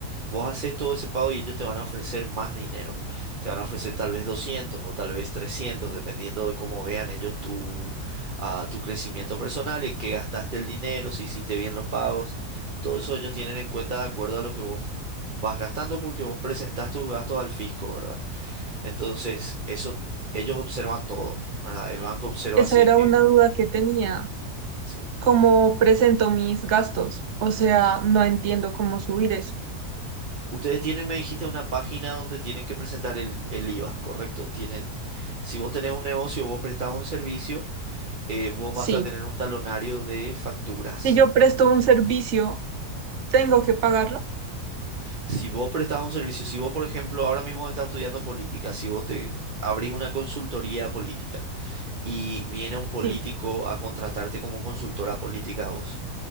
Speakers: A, on the right; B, on the right.
A: Vos haces todo ese pago y ellos te van a ofrecer más dinero. Te van a ofrecer tal vez 200 o tal vez 300 dependiendo de cómo vean ellos tu, ah, tu crecimiento personal, en qué gastaste el dinero, si hiciste bien los pagos. Todo eso ellos tienen en cuenta de acuerdo a lo que vos vas gastando porque vos presentás tus gastos al fisco, ¿verdad? Entonces, eso ellos observan todo, ¿verdad? El banco observa
B: Esa
A: si es
B: era
A: que...
B: una duda que tenía.
A: Sí.
B: ¿Cómo presento mis gastos? O sea, no entiendo cómo subir eso.
A: Ustedes tienen, me dijiste, una página donde tienen que presentar el, el IVA, ¿correcto? Tienen, si vos tenés un negocio, vos prestás un servicio, eh, vos
B: Sí.
A: vas a tener un talonario de facturas.
B: Si yo presto un servicio, ¿tengo que pagarlo?
A: Si vos prestás un servicio, si vos, por ejemplo, ahora mismo estás estudiando política, si vos te abrís una consultoría política y viene un político
B: Sí,
A: a contratarte como consultora política a vos.